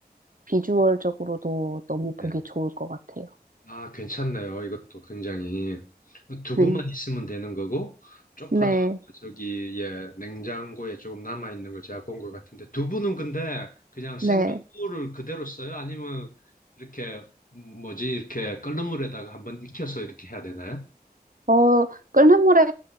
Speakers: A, on the right (about 55°); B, on the left (about 55°).
A: 비주얼적으로도 너무 보기
B: 예.
A: 좋을 것 같아요.
B: 아, 괜찮네요. 이것도 굉장히. 두부만
A: 네.
B: 있으면 되는 거고, 쪽파도
A: 네.
B: 저기, 예, 냉장고에 조금 남아있는 거 제가 본 것 같은데, 두부는 근데 그냥 생두부를
A: 네.
B: 그대로 써요? 아니면 이렇게, 뭐지, 이렇게 끓는 물에다가 한번 익혀서 이렇게 해야 되나요?
A: 어, 끓는 물에